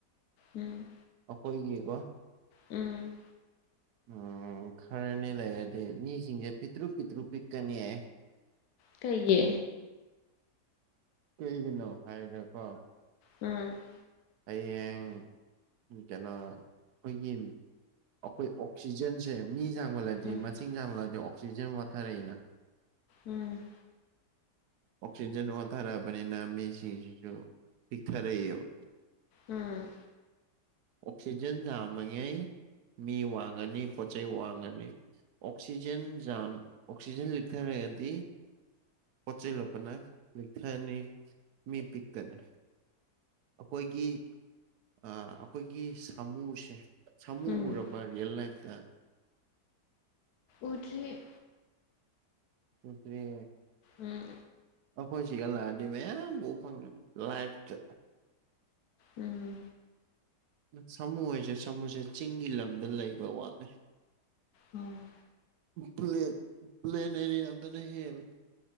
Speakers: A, on the left; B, on the right.
A: ꯎꯝ
B: ꯑꯈꯣꯏꯒꯤꯀꯣ
A: ꯎꯝ
B: ꯎꯝ ꯈꯔꯅꯤ ꯂꯩꯔꯗꯤ ꯃꯤꯁꯤꯡꯁꯦ ꯄꯤꯠꯇ꯭ꯔꯨ ꯄꯤꯠꯇ꯭ꯔꯨ ꯄꯤꯛꯀꯅꯤꯌꯦ
A: ꯀꯩꯒꯤ
B: ꯀꯩꯒꯤꯅꯣ ꯍꯥꯏꯔꯒꯀꯣ
A: ꯎꯝ
B: ꯍꯌꯦꯡ ꯎꯝ ꯀꯩꯅꯣ ꯑꯈꯣꯏꯒꯤ ꯑꯈꯣꯏ ꯑꯣ ꯑꯣꯛꯁꯤꯖꯦꯟꯖꯦ ꯃꯤ ꯌꯥꯝꯈꯠꯂꯗꯤ
A: ꯎꯝ
B: ꯃꯆꯤꯡ ꯌꯥꯡꯂ ꯑꯗꯤ ꯑꯣꯛꯁꯤꯖꯦꯟ ꯋꯥꯠꯊꯔꯛꯏꯅ
A: ꯎꯝ
B: ꯑꯣꯛꯁꯤꯖꯦꯟ ꯋꯥꯠꯊꯔꯛꯑꯕꯅꯤꯅ ꯃꯤꯁꯤꯡꯖꯤꯖꯨ ꯄꯤꯛꯊꯔꯑꯦꯕ
A: ꯎꯝ
B: ꯑꯣꯛꯁꯤꯖꯦꯟ ꯌꯥꯝꯃꯉꯩ ꯃꯤ ꯋꯥꯡꯉꯅꯤ ꯄꯣꯠꯆꯩ ꯋꯥꯡꯉꯅꯤ ꯑꯣꯛꯁꯤꯖꯦꯟ ꯖꯥꯝ ꯑꯣꯛꯁꯤꯖꯦꯟ ꯂꯤꯛꯊꯔꯛꯑꯗꯤ ꯆꯩ ꯂꯣꯛꯄꯅ ꯂꯦꯛꯊꯅꯤ ꯃꯤ ꯄꯤꯛꯀꯅꯤ ꯑꯈꯣꯏꯒꯤ ꯑꯥ ꯑꯈꯣꯏꯒꯤ ꯁꯥꯃꯨꯁꯦ ꯁꯥꯃꯨ
A: ꯎꯝ
B: ꯎꯔꯕ ꯔ꯭ꯌꯦꯜ ꯂꯥꯏꯐꯇ
A: ꯎꯗ꯭ꯔꯤ
B: ꯎꯗ꯭ꯔꯤꯌꯦ
A: ꯎꯝ
B: ꯑꯈꯣꯏ ꯁꯤꯒ ꯂꯥꯛꯑꯗꯤ ꯃꯌꯥꯝ ꯎ ꯐꯪꯒꯅꯤ ꯂꯥꯏꯐꯇ
A: ꯎꯝ
B: ꯁꯥꯃꯨ ꯍꯥꯏꯁꯦ ꯁꯥꯃꯨꯁꯦ ꯆꯤꯡꯒꯤ ꯂꯝꯗ ꯂꯩꯕ ꯋꯥꯠꯂꯦ
A: ꯎꯝ
B: ꯄ꯭ꯂꯦꯟ ꯄ꯭ꯂꯦꯟ ꯑꯦꯔꯤꯌꯥꯗꯅ ꯍꯦꯜꯂꯦ